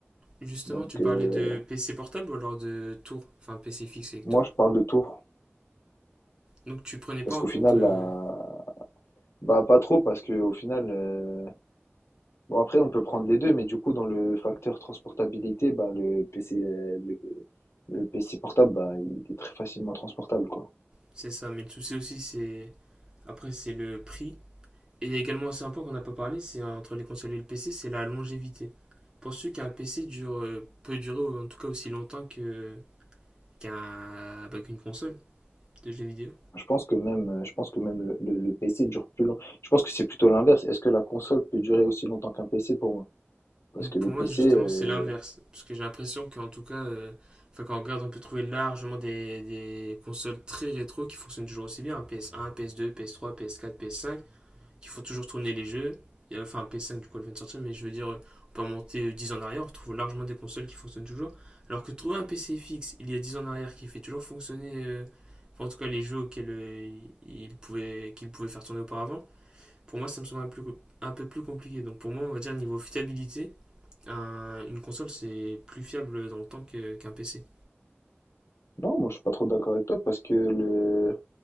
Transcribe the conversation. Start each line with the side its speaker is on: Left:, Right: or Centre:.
Right: Justement,
Left: Donc
Right: tu parlais
Left: euh,
Right: de PC portable ou alors de tour, enfin PC fixe avec
Left: moi,
Right: tour.
Left: je parle de tours
Right: Donc tu prenais pas
Left: parce
Right: en
Left: qu'au
Right: compte,
Left: final,
Right: euh,
Left: la... bah pas trop parce que au final. euh, Bon, après, on peut prendre les deux, mais du coup, dans le facteur transportabilité, bah, le PC, euh, le, le PC portable, bah, il est très facilement transportable, quoi.
Right: c'est ça. Mais le souci aussi, c'est après c'est le prix. Et il y a également aussi un point qu'on n'a pas parlé, c'est euh, entre les consoles et le PC, c'est la longévité. Penses-tu qu'un PC dure, euh, peut durer en tout cas aussi longtemps que qu'un bah, qu'une console de jeux vidéo
Left: Je pense que même, euh, je pense que même le, le- le PC dure plus longtemps. Je pense que c'est plutôt l'inverse. Est-ce que la console peut durer aussi longtemps qu'un PC pour moi? Parce que
Right: Pour moi,
Left: le
Right: justement,
Left: PC, euh,
Right: c'est l'inverse. Parce que j'ai l'impression qu'en tout cas, euh, enfin, quand on regarde, on peut trouver largement des, des consoles très rétro qui fonctionnent toujours aussi bien. PS1, PS2, PS3, PS4, ps cinq qui font toujours tourner les jeux. Et, euh, enfin, ps cinq du coup, elle vient de sortir, mais je veux dire, euh, on peut remonter euh, 10 ans en arrière, on retrouve largement des consoles qui fonctionnent toujours. Alors que trouver un PC fixe il y a 10 ans en arrière qui fait toujours fonctionner, euh, enfin, en tout cas, les jeux auxquels euh, il pouvait, qu'il pouvait faire tourner auparavant, pour moi, ça me semble un, plus- un peu plus compliqué. Donc, pour moi, on va dire, niveau fiabilité, un- une console, c'est plus fiable dans le temps que- qu'un PC.
Left: non, moi, je suis pas trop d'accord avec toi, parce que